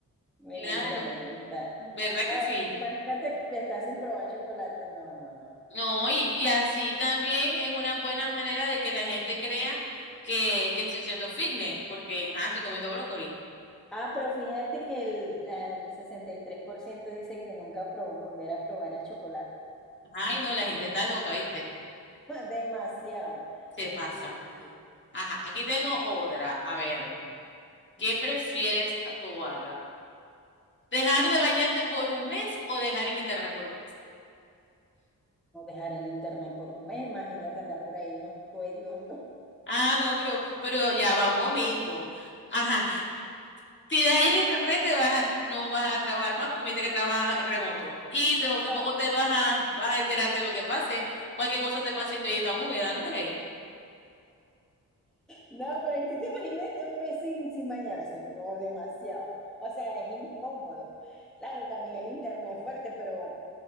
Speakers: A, in the centre; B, on the left.
A: Me
B: Claro,
A: gusta, me gusta.
B: ¿verdad
A: Claro,
B: que sí?
A: porque imagínate, que estás sin probar chocolate. No, no, no.
B: No, y, y así también es una buena manera de que la gente crea que, que estoy siendo fitness, porque ajá, estoy comiendo brócoli.
A: Ah, pero fíjate que el, la- el 63% dice que nunca pro- volver a probar el chocolate.
B: Ay, no, la gente está loca, ¿viste?
A: <laughs> Demasiado.
B: Se pasa.
A: Sí, sí, sí.
B: Ajá, aquí tengo otra. A ver,
A: No,
B: ¿qué
A: dime.
B: prefieres a tu hada? ¿Dejar de bañarte por un mes o dejar el internet por un mes?
A: No dejar el internet por un mes, imagínate andar por ahí uno todo hediondo.
B: Ah, no, pero, pero ya va un momento. Ajá, Si dejas ahí el internet, te vas, a- no vas a trabajar más porque me dijiste que trabajas en remoto. Y te- no-
A: <laughs>
B: tampoco te vas a, vas a enterar de lo que pase. Cualquier cosa te pase y te tan húmeda, ¿no crees?
A: No, pero tú te imagínate un mes sin, sin bañarse. No, demasiado. O sea, es incómodo. Claro, también el internet es fuerte, pero